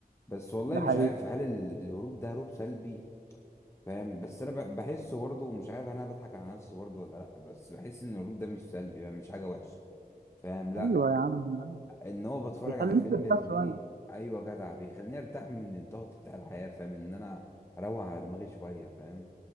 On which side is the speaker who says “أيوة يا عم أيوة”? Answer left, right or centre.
Right